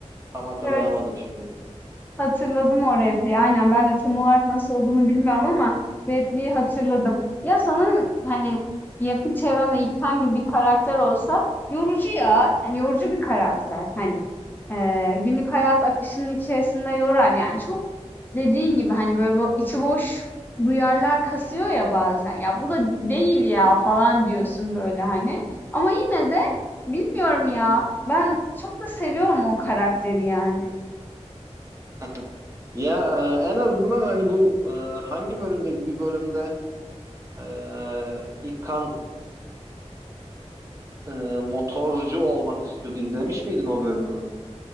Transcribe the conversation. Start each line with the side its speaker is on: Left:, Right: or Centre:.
Right: Tam hatırlayamadım
Left: Evet,
Right: şimdi.
Left: hatırladım o repliği. Aynen ben de tam olarak nasıl olduğunu bilmiyorum ama repliği hatırladım. Ya sanırım hani yakın çevremde İlkan gibi bir karakter olsa yorucu ya. Yani yorucu bir karakter. Hani eee, günlük hayat akışının içerisinde yorar yani. Çok dediğin gibi hani böyle bu içi boş duyarlar kasıyor ya bazen. Ya bu da değil ya falan diyorsun böyle hani. Ama yine de bilmiyorum ya. Ben çok da seviyorum o karakteri yani.
Right: <laughs> Ya e, en azından hani bu e, hangi bölümdeydi? Bir bölümde e, İlkan e, motorcu olmak istiyordu. İzlemiş miydin o bölümü?